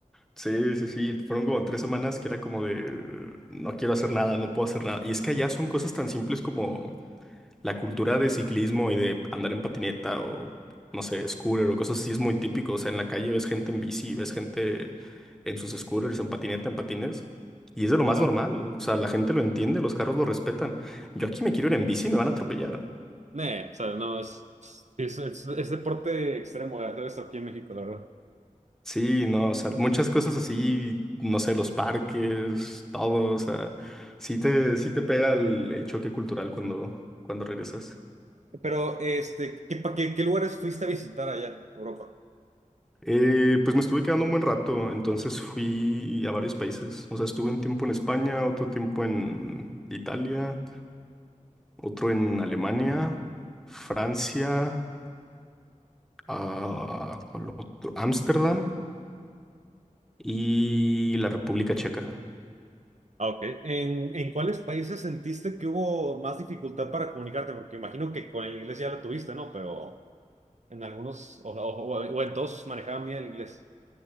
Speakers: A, in the centre; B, on the right (about 60°).
A: Sí, sí, sí, fueron como tres semanas que era como de no quiero hacer nada, no puedo hacer nada. Y es que allá son cosas tan simples como la cultura de ciclismo y de andar en patineta o no sé, scooter o cosas así es muy típico. O sea, en la calle ves gente en bici, ves gente en sus scooters, en patineta, en patines. Y es de lo más
B: Ajá.
A: normal. ¿no? O sea, la gente lo entiende, los carros lo respetan. Yo aquí me quiero ir en bici y me van a atropellar.
B: Nee, o sea, no, es, es, es- es deporte extremo de hacer esto aquí en México, la verdad.
A: Sí, no, o sea, muchas cosas así, no sé, los parques, todo, o sea, sí te, sí te pega el, el choque cultural cuando, cuando regresas.
B: Pero, este, ¿qué, pa- qué, qué lugares fuiste a visitar allá, Europa?
A: Eh, pues me estuve quedando un buen rato, entonces fui a varios países, o sea, estuve un tiempo en España, otro tiempo en Italia, otro en Alemania, Francia, ah, ¿cuál otro? Ámsterdam y la República Checa.
B: Ah, ok. ¿En, en cuáles países sentiste que hubo más dificultad para comunicarte? Porque imagino que con el inglés ya lo tuviste, ¿no? Pero... En algunos, o, o- o- o en todos manejaban bien el inglés.